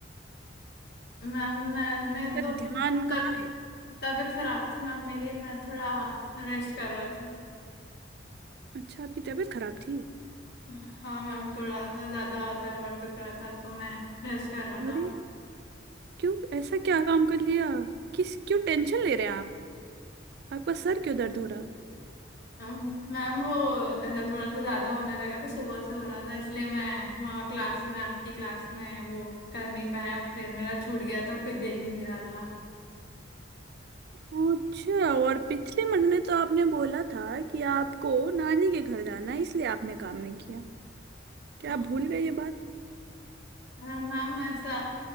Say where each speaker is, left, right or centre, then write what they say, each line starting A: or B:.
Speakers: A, on the left; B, on the right.
A: मैम मैंने
B: पर
A: तो
B: ध्यान कहाँ
A: तब
B: है
A: तबीयत खराब थी मैम मेरी मैं थोड़ा रेस्ट कर रहा था
B: अच्छा आपकी तबीयत खराब थी
A: हाँ मैम थोड़ा सा ज्यादा सर वर दुख रहा था तो मैं रेस्ट कर रहा था
B: अरे क्यों ऐसा क्या काम कर लिया किस क्यों टेंशन ले रहे हैं आप आपका सर क्यों दर्द हो रहा
A: अम, मैम वो ऐसा थोड़ा सा ज्यादा होने लगा था सुबह से हो रहा था इसलिए मैं वहाँ क्लास में आपकी क्लास में वो कर नहीं पाया फिर मेरा छूट गया तो फिर दे भी नहीं रहा था
B: अच्छा और पिछले महीने तो आपने बोला था कि आपको नानी के घर जाना है इसलिए आपने काम नहीं किया क्या
A: अ,
B: आप भूल गए ये बात
A: मैम ऐसा